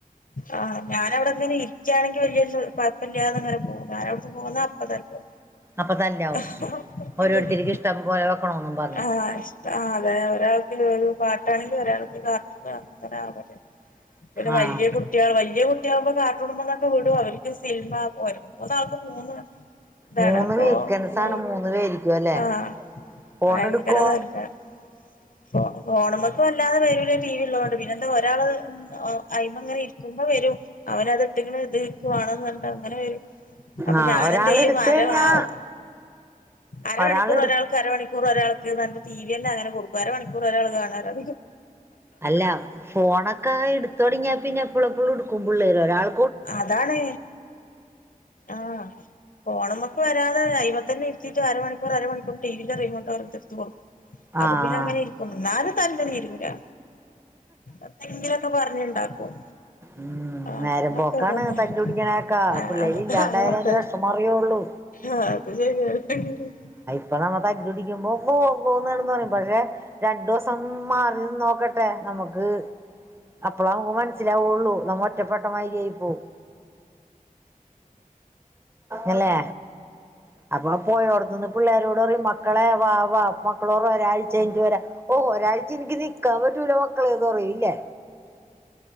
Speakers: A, on the left (about 70°); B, on the right (about 15°).
A: ആഹ് ഞാനവിടെങ്ങനെ ഇരിക്കയാണെങ്കി വല്യ കൊയപ്പല്ലാതെ ഇങ്ങനെ പോകും ഞാനവ്ടന്ന് പോന്നാ അപ്പ തല്ല്
B: അപ്പൊ തല്ലാവും
A: <unintelligible>
B: ഓരോരുത്തർക്ക് ഇഷ്ടം പോലെ വെക്കണോന്നും പറഞ്ഞ്
A: ആഹ് ശരി ആഹ് അതെ ഒരാൾക്ക് ഒരു പാട്ടാണെങ്കി ഒരാൾക്ക് <unintelligible> ഇവര് വല്യ
B: ആഹ്
A: കുട്ട് കുട്ടികൾ വല്യ കുട്ടിയാകുമ്പോ കാർട്ടൂണ് മ്മ്ന്നൊക്കെ വിടും അവര്ക്ക് സിൽമാ മൂന്ന് ആൾക്കും മൂന്ന് ഇതാണപ്പൊ
B: മൂന്ന് വീക്കൻസാണ്
A: ഉം
B: മൂന്ന് പേരിക്കും അല്ലെ
A: ആഹ്
B: ഫോൺ
A: ഭയങ്കര
B: എടുക്കുവോ
A: തല്ലാണ് ഫോ ഫോണ് മ്മക്ക് വല്ലാതെ വെരൂലാ ടി വി ഇള്ളോണ്ട് പിന്നെ എന്താ ഒരാള് ഉം അ അയിമങ്ങനെ ഇരിക്കുമ്പോ വെരും അവനത് ഇട്ട്ക്ക്ണ് ഇൻ ഇൻക്ക് വാണന്ന് പറഞ്ഞിട്ട് അങ്ങനെ വെരും അപ്പൊ
B: ആഹ്
A: ഞാനെന്തയ്യും
B: ഒരാള് എടുത്ത്
A: അര
B: കഴിഞ്ഞാ
A: ആഹ് അരമണിക്കൂർ
B: ഒരാള് എടു
A: ഒരാൾക്ക് അരമണിക്കൂർ മണിക്കൂർ ഒരാൾക്ക്ന്ന് പറഞ്ഞിട്ട് ടി വി തന്ന അങ്ങനെ കൊടുക്കും അര മണിക്കൂറ് ഒരാൾക്ക് കാണാല്ലോ
B: അല്ലാ ഫോണൊക്കെ എടുത്ത് തൊടങ്ങിയാ പിന്നെ എപ്പളും എപ്പളും എടുക്കും പിള്ളേര് ഒരാള്
A: അതാണ് ആഹ് ഫോണുമ്മക്ക് വരാതെ ഐമത്തന്നെ ഇരുത്തീറ്റ് അരമണിക്കൂർ അരമണിക്കൂർ ടി വി ൻ്റെ റിമോട്ട് ഓരോര്ത്തെരെട്ത്ത് കൊടുക്കും അപ്പ
B: ആഹ്
A: പിന്നെ അങ്ങനെ ഇരിക്കും എന്നാലും തല്ല് തീരുലാ എന്തെങ്കിലൊക്കെ പറഞ്ഞ്ണ്ടാക്കും
B: ഉം <unintelligible>
A: ആഹ്
B: നേരമ്പോക്കാണ്
A: അങ്ങനൊക്കെ തന്നെ
B: തല്ല് പിടിക്ക്ണയൊക്കാ
A: ആഹ്
B: പിള്ളേരില്ലാണ്ടായാലെ
A: അത് ആഹ് അതെ
B: അതിൻ്റെ വെഷമം അറിയോള്ളൂ
A: ആഹ് അത് ശരിയാ <unintelligible>
B: ഇപ്പൊ നമ്മ തല്ല് പിടിക്കുമ്പോ അള്ളോ അള്ളോ എന്ന് കെടന്ന് പറയും പക്ഷെ രണ്ടു ദിവസം മാറി നിന്ന് നോക്കട്ടെ നമുക്ക് അപ്പളാ നമുക്ക് മനസ്സ് മനസ്സിലാവോള്ളൂ നമ്മ ഒറ്റപ്പെട്ടമാതിരിയായി പോവും. എല്ലേ അപ്പൊ പോയോടത്തിന്ന് പിള്ളേരോട് പറയും മക്കളെ വാ വാ മക്കള് പറയും ഒരാഴ്ച കഴിഞ്ഞിട്ട് വരാം ഓഹ് ഒരാഴ്ച എനിക്ക് നിൽക്കാൻ പറ്റൂല മക്കളേന്ന് പറയും അല്ലേ